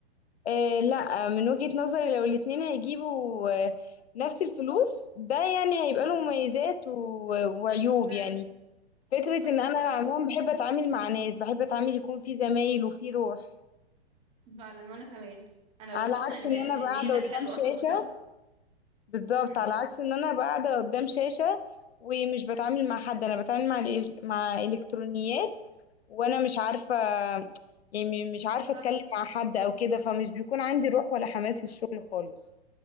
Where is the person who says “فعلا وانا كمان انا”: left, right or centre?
Right